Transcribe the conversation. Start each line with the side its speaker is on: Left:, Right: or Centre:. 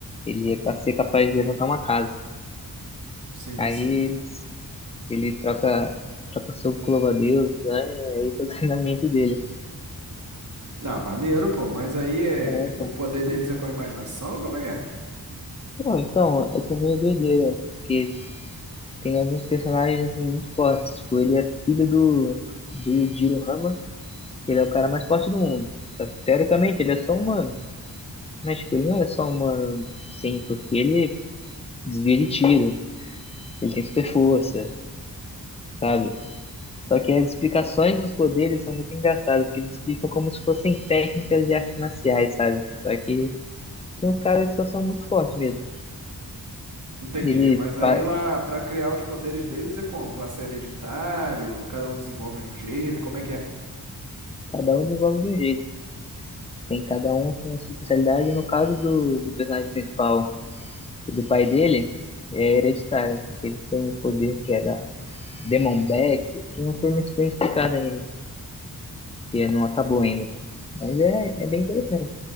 Left: Ele ia ca- ser capaz de levantar uma casa.
Right: Sim,
Left: Aí
Right: sim.
Left: eles ele troca, troca soco com o louva-a-Deus, ganha, aí esse é o <laughs> treinamento dele,
Right: Ah, maneiro, pô. Mas aí é...
Left: É, então.
Right: o poder deles é com a imaginação? Como é que é?
Left: Pô, então, é que é meio doideira. Porque tem alguns personagens assim, muito fortes. Tipo, ele é filho do, do Yujiro Hama, que ele é o cara mais forte do mundo. Só que, teoricamente, ele é só humano. Mas, tipo, ele não é só humano, sim, porque ele desvia de tiro, ele tem super força, sabe? Só que as explicações dos poderes são muito engraçadas, porque eles explicam como se fossem técnicas de artes marciais, sabe? Só que tem uns caras que só são muito fortes mesmo.
Right: Entendi.
Left: Ele,
Right: Mas aí
Left: pa-
Right: lá, pra criar os poderes deles é como? Passa hereditário? Cada um desenvolve de um jeito? Como é que é?
Left: cada um desenvolve de um jeito. Tem cada um tem a sua especialidade. No caso do, do personagem principal e do pai dele, é hereditário. Eles têm um poder que é da Demon Back, que não foi muito bem explicado ainda, que é, não acabou ainda. Mas é, é bem interessante.